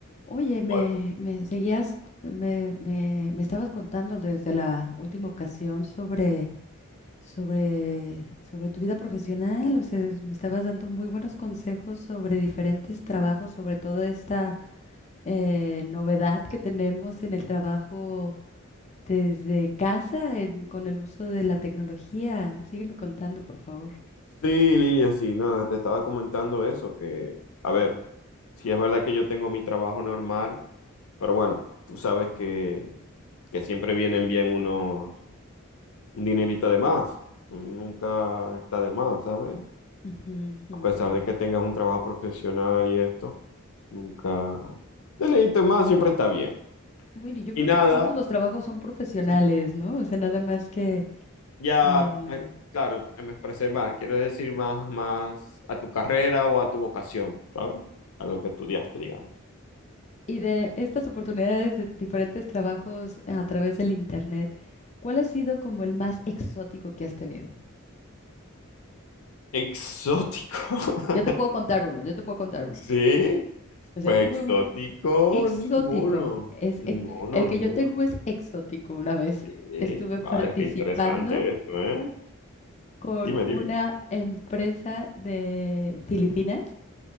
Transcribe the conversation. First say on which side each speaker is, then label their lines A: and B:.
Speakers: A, on the left; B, on the left.
A: Oye, me,
B: Bueno,
A: me seguías, me, me, me estabas contando desde la última ocasión sobre, sobre, sobre tu vida profesional, o sea, me estabas dando muy buenos consejos sobre diferentes trabajos, sobre toda esta eh, novedad que tenemos en el trabajo desde casa, en- con el uso de la tecnología. Sígueme contando, por favor.
B: Sí, Lilia, sí, nada, te estaba comentando eso, que, a ver, sí es verdad que yo tengo mi trabajo normal, pero bueno, tú sabes que, que siempre vienen bien unos, un dinerito de más, nunca está de más, ¿sabes?
A: Ujú, ujú.
B: A pesar de que tengas un trabajo profesional y esto, nunca, dinerito de más siempre está bien.
A: Bueno, y yo
B: Y
A: creo
B: nada,
A: que todos los trabajos son profesionales,
B: sí
A: ¿no? O sea, nada más que...
B: Ya,
A: eh,
B: eh, claro, eh, me expresé mal. Quiero decir más, más a tu carrera o a tu vocación, ¿sabes? A lo que estudiaste, digamos.
A: Y de estas oportunidades de diferentes trabajos a través del internet, ¿cuál ha sido como el más exótico que has tenido?
B: Exótico. <laughs>
A: Yo te puedo contar uno, yo te puedo contar uno.
B: Sí,
A: O sea,
B: pues
A: tuve
B: exótico
A: un exótico.
B: ninguno.
A: Es,
B: Ninguno,
A: ex- el que
B: ninguno.
A: yo tengo es exótico. Una vez
B: Sí,
A: estuve
B: vale,
A: participando
B: qué interesante esto, ¿eh?
A: con
B: Dime, dime.
A: una empresa de Filipinas